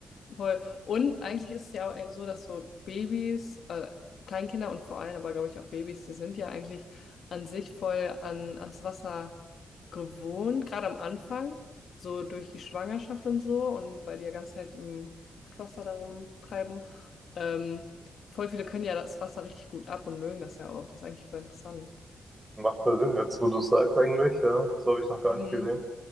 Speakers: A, on the left; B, on the right.
A: voll. Und eigentlich ist es ja auch so, dass so Babys, äh, Kleinkinder und vor allem aber, glaube ich, auch Babys, die sind ja eigentlich an sich voll an, ans Wasser gewohnt, gerade am Anfang, so durch die Schwangerschaft und so und weil die ja ganze Zeit im Fruchtwasser darum treiben. Ähm, voll viele können ja das Wasser richtig gut ab und mögen das ja auch. Das ist eigentlich voll interessant.
B: Macht voll Sinn jetzt, wo du es sagst eigentlich, ja. So habe ich es noch gar
A: Mhm.
B: nicht gesehen.